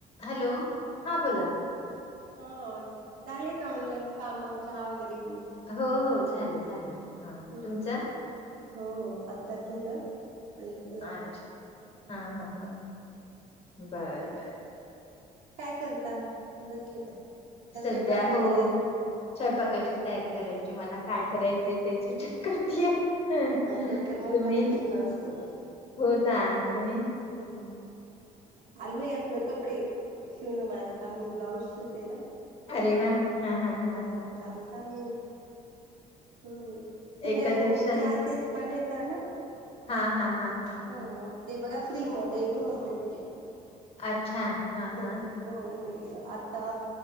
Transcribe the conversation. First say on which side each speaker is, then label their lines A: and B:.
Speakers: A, on the left; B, on the right.
A: Hello हा बोला.
B: हा झालेय का म्हणलं काम चहा वगैरे. पिऊन
A: हो हो झालं झालं हा
B: हम्म
A: तुमच.
B: हो आत्ताच झालं. मिेळतला.
A: अच्छा हा हा हा बर बर.
B: काय करताय बसली का. का
A: सध्या
B: स्वयंपाकाची
A: हो
B: तयारी
A: स्वयंपाकाचीच तयारी करायची. तुम्हाला. काय करायचंय तेच विचार. करती तुम्ही
B: हा तो तर मोठा प्रश्न असतो
A: हो ना तुम्ही.
B: ह चालू आहे आपलं कपडे. ठेवनं माझं काम मी ब्लाऊज. शिवते ना.
A: अरे वा हा हा हा
B: लाउच
A: हा
B: काम चालू आहेईल हम्म ते
A: एका
B: नवीन
A: दिवसाला
B: नवीन क्लासेस पण येत ना.
A: हा हा हा हा
B: ह ते बघा फ्री मध्ये गव्हर्मेंटचे
A: अच्छा हा
B: ह
A: हा
B: गव्हर्मेंटच आता